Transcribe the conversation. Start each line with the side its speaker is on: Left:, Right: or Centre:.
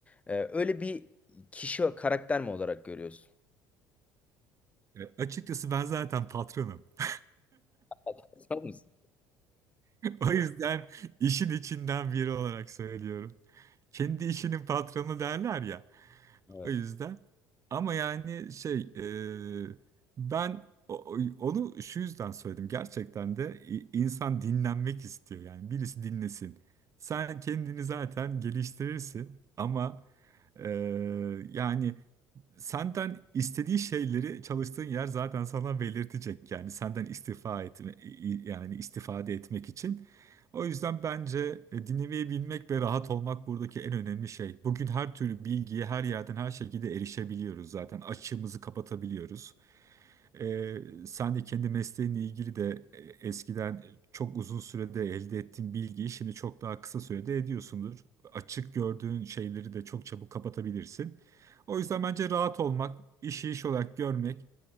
Left: Ee, öyle bir kişi karakter mi olarak görüyorsun?
Right: E, açıkçası ben zaten patronum. <laughs>
Left: <laughs> Tamam mısın?
Right: O yüzden işin içinden biri olarak söylüyorum. Kendi işinin patronu derler ya.
Left: Evet.
Right: O yüzden. Ama yani şey e, ben o- onu şu yüzden söyledim. Gerçekten de i- insan dinlenmek istiyor yani birisi dinlesin. Sen kendini zaten geliştirirsin ama e, yani senden istediği şeyleri çalıştığın yer zaten sana belirtecek. Yani senden istifa etme i- yani istifade etmek için. O yüzden bence e, dinlemeyi bilmek ve rahat olmak buradaki en önemli şey. Bugün her türlü bilgiye her yerden her şekilde erişebiliyoruz zaten. Açığımızı kapatabiliyoruz. Ee, sen de kendi mesleğinle ilgili de e, eskiden çok uzun sürede elde ettiğin bilgiyi şimdi çok daha kısa sürede ediyorsundur. Açık gördüğün şeyleri de çok çabuk kapatabilirsin. O yüzden bence rahat olmak, işi iş olarak görmek,